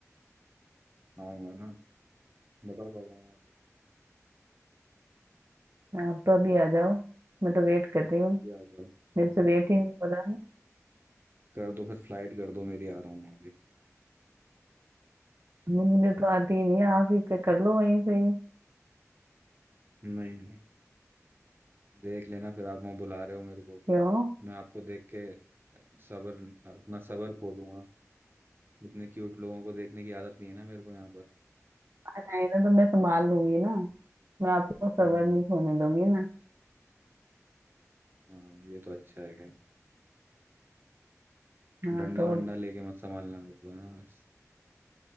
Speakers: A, on the right (about 40°); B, on the right (about 55°).
A: आऊंगा ना बताओ कब आऊँ आप बताओ
B: आप तो अभी आ जाओ मैं तो वेट कर रही हूँ
A: ये आ जाओ
B: मेरे से वेट ही नहीं हो रहा है।
A: कर दो फिर फ्लाइट कर दो मेरी आ रहा हूँ वहाँ पे
B: मु- मुझे तो आती ही नहीं है आप ही पे कर लो वहीं से ही
A: नहीं नहीं देख लेना फिर आप वहाँ बुला रहे हो मेरे को
B: क्यों
A: मैं आपको देख के सबर अपना सबर खो दूंगा इतने क्यूट लोगों को देखने की आदत नहीं है ना मेरे को यहाँ पर
B: आ जाए ना तो मैं संभाल लूंगी ना मैं आपको सबर
A: हम्म
B: नहीं होने दूंगी ना
A: हाँ ये तो अच्छा है खैर
B: हाँ
A: डंडा
B: तो
A: वंडा
B: अब
A: लेके मत संभालना मेरे को है ना बस